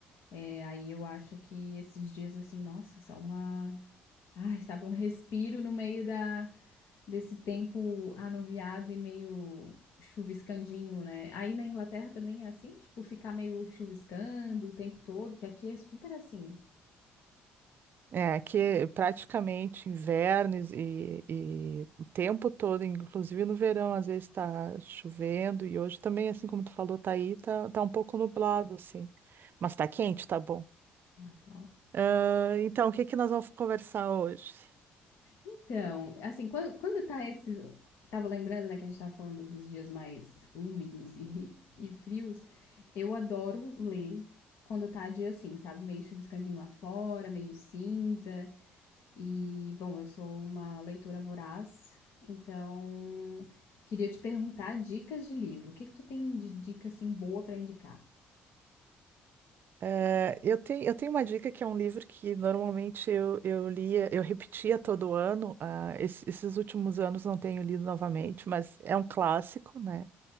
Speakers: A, on the left; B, on the right.
A: É, aí eu acho que esses dias assim, nossa, são uma, ai, sabe, um respiro no meio da desse tempo anuviado e meio chuviscandinho, né? Aí na Inglaterra também é assim, tipo, ficar meio chuviscando o tempo todo, porque aqui é super assim.
B: É, que é praticamente inverno e, e o tempo todo, inclusive no verão, às vezes está chovendo e hoje também, assim como tu falou, tá aí, tá, tá um pouco nublado, assim. Mas tá quente, tá bom.
A: Ai, tá ótimo.
B: Ah, então, o que que nós vamos conversar hoje?
A: Então, assim, quando, quando tá esses. Tava lembrando, né, que a gente tava falando dos dias mais úmidos e, e frios. Eu adoro ler quando tá dia assim, sabe? Meio chuviscandinho lá fora, meio cinza. E, bom, eu sou uma leitora voraz, então queria te perguntar dicas de livro. O que que tu tem de dica assim boa para indicar?
B: É, eu tenho, eu tenho uma dica que é um livro que normalmente eu, eu lia, eu repetia todo ano. ah, esse- esses últimos anos não tenho lido novamente, mas é um clássico, né?